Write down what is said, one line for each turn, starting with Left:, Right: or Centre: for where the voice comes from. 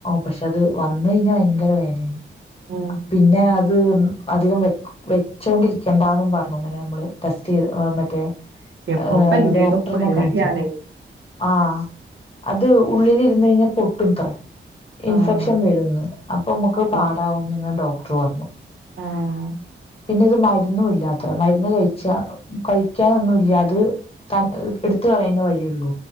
Left: പക്ഷെ അത് വന്ന് കഴിഞ്ഞാൽ ഭയങ്കര വേദനെ
Right: ഉം
Left: പിന്നെ അത് അത് അധികം വെ വെച്ചോണ്ടിരിക്കേണ്ടന്നും പറഞ്ഞ് അങ്ങനെ നമ്മള് ടെസ്റ്റ് ചെയ്ത് മറ്റേ
Right: ഇപ്പൊപ്പ
Left: ഏഹ്
Right: എല്ലേതും
Left: ഡോക്ടറിനെ
Right: പേടിയാണേ
Left: കാണിച്ചപ്പം. ആഹ് അത് ഉള്ളിലിരുന്ന് കഴിഞ്ഞാൽ പൊട്ടും അത്രേ ഇൻഫെക്ഷൻ
Right: ആഹ്
Left: വരുമെന്ന് ഇപ്പം നമുക്ക്
Right: അതന്നെ
Left: പാടാവുന്നും ക ഡോക്ടറ് വന്നു.
Right: ആഹ്
Left: പിന്നെ ഇത് മരുന്നും ഇല്ലാത്ര മരുന്ന് കഴിച്ചാ കഴിക്കാനൊന്നുമില്ല അത് തൻ എടുത്ത കളയാനെ വഴിയുള്ളൂ